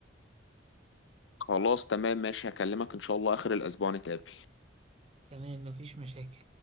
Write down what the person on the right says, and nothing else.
تمام مفيش مشاكل